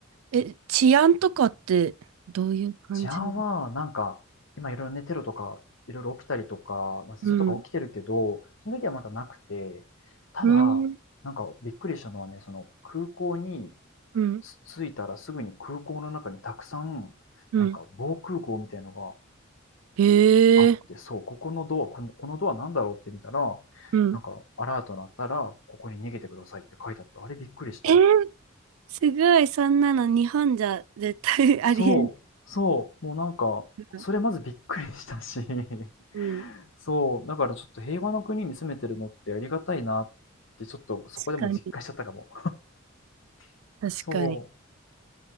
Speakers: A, on the right; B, on the left.
A: え、治安とかってどういう感じなの
B: 治安は、なんか、今いろいろね、テロとか、いろいろ起きたりとか、まあ、戦争とか起きてるけど、
A: うん。
B: その時はまだなくて、ただ、
A: うん。
B: なんかびっくりしたのはね、その空港に
A: うん。
B: 着いたらすぐに空港の中にたくさん、
A: うん。
B: なんか防空壕みたいの
A: へえ。
B: があって、そう、ここのドア、このこのドアなんだろうって見たら、
A: うん。
B: なんかアラート鳴ったら、ここに逃げてくださいって書いてあった。あれびっくりした。
A: えー、すごい、そんなの日本じゃ絶対
B: そう、
A: <laughs> ありえない
B: そう、もうなんか、
A: から。
B: それまずびっくりしたし、<laughs>
A: うん。
B: そう、だからちょっと平和の国に住めてるのってありがたいなって、ちょっとそこでも実感しちゃったかも。
A: 確かに。
B: <laughs>
A: 確かに。
B: そ